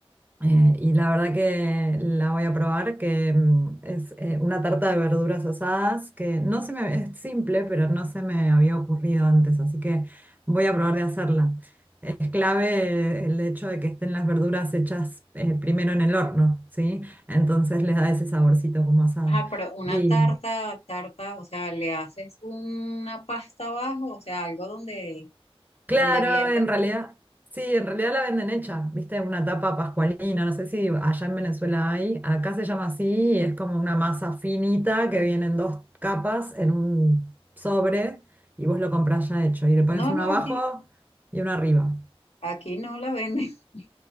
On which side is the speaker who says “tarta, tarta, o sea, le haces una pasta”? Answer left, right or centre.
Left